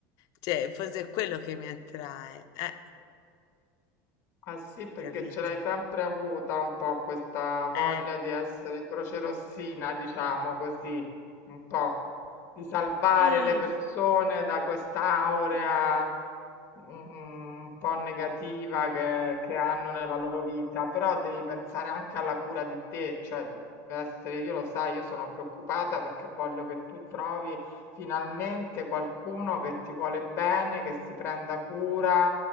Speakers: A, on the left; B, on the left.
A: Cioè, forse è quello che mi attrae. Eh,
B: Ah sì, perché
A: capito?
B: ce l'hai sempre avuta un po' questa voglia
A: Eh.
B: di essere crocerossina, diciamo così, un po' di salvare
A: Mm.
B: le persone da quest'aurea mm, un po' negativa che, che hanno nella loro vita, però devi pensare anche alla cura di te, cioè deve essere, io lo sai, io sono preoccupata perché voglio che tu trovi finalmente qualcuno che ti vuole bene, che si prenda cura,